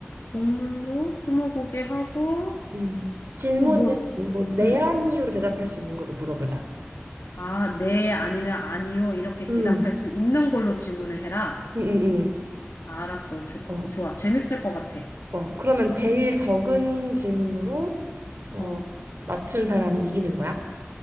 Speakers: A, on the left; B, on the right.
A: 동물로 스무고개 하고,
B: 음. 질문은
A: 그 뭐,
B: 뭐네
A: 응.
B: 아니요로 대답할 수 있는 걸로 물어보자.
A: 아, 네, 아니면 아니요. 이렇게
B: 음,
A: 대답할 수 있는 걸로 질문을 해라.
B: 음, 음,
A: 아, 알았어. 조,
B: 음. 어,
A: 어, 좋아. 재밌을 것 같아.
B: 어. 그러면 제일 적은 질문으로 어
A: 어.
B: 맞춘 사람이 이기는 거야?